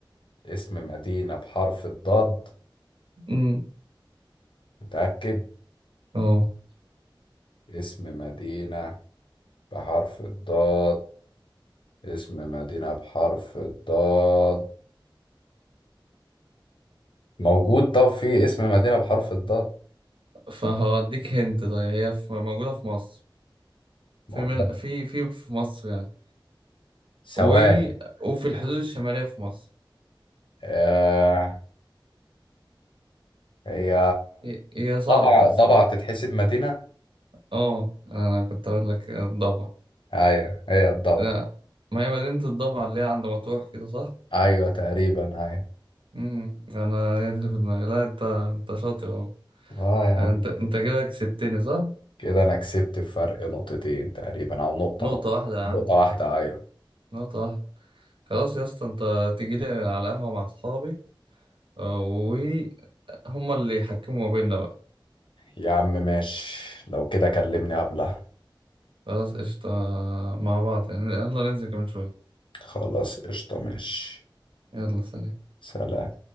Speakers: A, on the left; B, on the right.
A: اسم مدينة بحرف الضاد
B: امم
A: متأكد
B: اه
A: اسم مدينة بحرف الضاد اسم مدينة بحرف الضاد موجود طب في اسم مدينة بحرف الضاد
B: فهوديك هنت طيب هي في- موجودة في مصر
A: موجود
B: في من... في في في مصر يعني
A: ثواني
B: و... وفي الحدود الشمالية في مصر
A: آه هي
B: هي هي صعبة
A: ضبع
B: الصراحة
A: ضبع تتحسب مدينة
B: اه انا كنت اقول لك الضبع
A: ايوه هي الضبع
B: لا ما هي مدينة الضبع اللي هي عند مطروح كده صح؟
A: ايوه تقريبا ايوه
B: امم انا هي دي اللي في دماغي لا انت انت شاطر اهو
A: اه يا عم
B: انت انت كده كسبتني صح؟
A: كده انا كسبت بفرق نقطتين تقريبا او نقطة
B: نقطة
A: نقطة
B: واحدة يا
A: نقطة
B: عم
A: واحدة ايوه
B: نقطة واحدة خلاص يا اسطى انت تيجي لي على قهوة مع اصحابي آه، وهم اللي يحكموا ما بيننا بقى
A: يا عم ماشي لو كده كلمني قبلها
B: خلاص قشطة آه، مع بعض يعني يلا ننزل كمان شوية
A: خلاص قشطة ماشي
B: يلا سلام
A: سلام